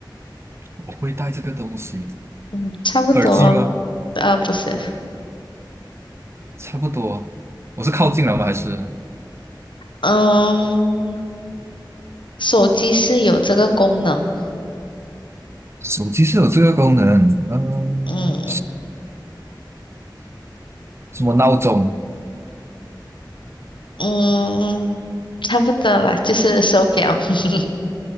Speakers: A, on the right (about 35°); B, on the left (about 85°).
A: 我会带这个东西，
B: 嗯，差不多，
A: 耳机吗？
B: 呃，不是，
A: 差不多，我是靠近了吗？
B: 嗯
A: 还是
B: 嗯。手机是有这个功能，
A: 手机是有这个功能？嗯，
B: 嗯
A: 什么闹钟？
B: 嗯，差不多啦，就是手表，<laughs>